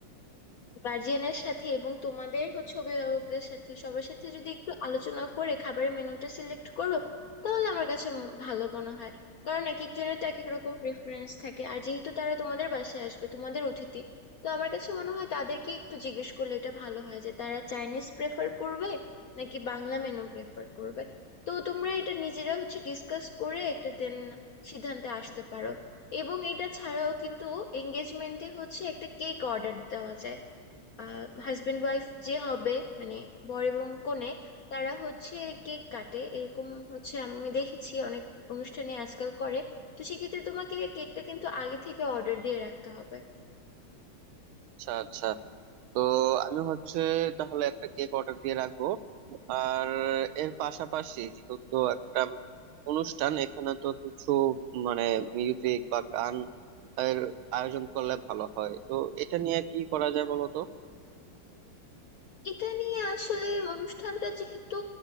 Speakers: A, on the left (about 65°); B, on the right (about 80°).
A: গার্জিয়ানের সাথে এবং তোমাদের হচ্ছে অভিভাবকদের সাথে সবার সাথে যদি একটু আলোচনা করে খাবারের মেনুটা সিলেক্ট করো তাহলে আমার কাছে উম ভালো মনে হয় কারণ এক একজনের তো এক এক রকম প্রেফারেন্স থাকে আর যেহেতু তারা তোমাদের বাসায় আসবে তোমাদের অতিথি তো আমার কাছে মনে হয় তাদেরকে একটু জিজ্ঞেস করলে এটা ভালো হয় যে তারা চাইনিজ প্রেফার করবে নাকি বাংলা মেনু প্রেফার করবে তো তোমরা এটা নিজেরা হচ্ছে ডিসকাস করে একটা দেন সিদ্ধান্তে আসতে পারো এবং এটা ছাড়াও কিন্তু এঙ্গেজমেন্টে হচ্ছে একটা কেক অর্ডার দেওয়া যায় হাজবেন্ড ওয়াইফ যে হবে মানে বর এবং কনে তারা হচ্ছে কেক কাটে এরকম হচ্ছে আমি দেখেছি অনেক অনুষ্ঠানে আজকাল করে তো সেক্ষেত্রে তোমাকে কেকটা কিন্তু আগে থেকে অর্ডার দিয়ে রাখতে হবে
B: আচ্ছা আচ্ছা তো আমি হচ্ছে তাহলে একটা কেক অর্ডার দিয়ে রাখবো আর এর পাশাপাশি যেহেতু একটা অনুষ্ঠান এখানে তো কিছু মানে মিউজিক বা গান এর আয়োজন করলে ভালো হয় তো এটা নিয়ে কি করা যায় বলো তো
A: এটা নিয়ে আসলে অনুষ্ঠানটা যেহেতু